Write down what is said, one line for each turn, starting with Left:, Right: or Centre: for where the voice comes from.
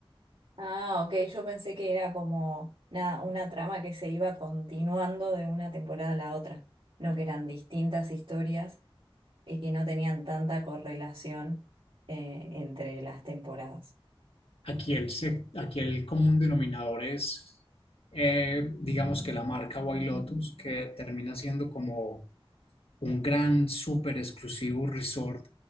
Right: Ah, ok, yo pensé que era como una, una trama que se iba continuando de una temporada a la otra, no que eran distintas historias y que no tenían tanta correlación eh, entre las temporadas.
Left: Aquí el, se- aquí el común denominador es, eh, digamos que la marca White Lotus, que termina siendo como un gran, súper exclusivo resort